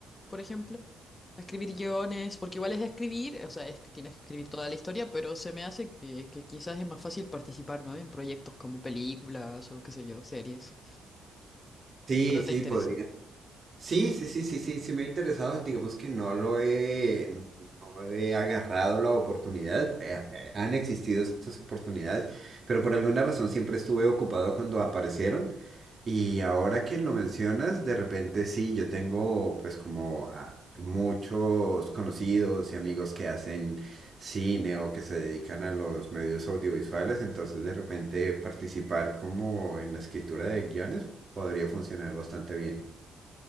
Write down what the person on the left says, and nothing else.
por ejemplo? Escribir guiones, porque igual es escribir, o sea, es- que tienes que escribir toda la historia, pero se me hace que, que quizás es más fácil participar, ¿no? En proyectos como películas o qué sé yo, series.
¿O no te
interesa?